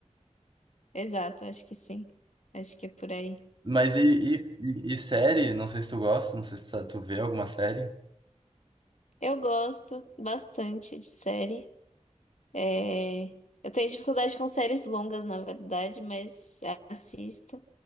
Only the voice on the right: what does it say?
Mas e, e, e série? Não sei se tu gosta, não sei se tu tu vê alguma série,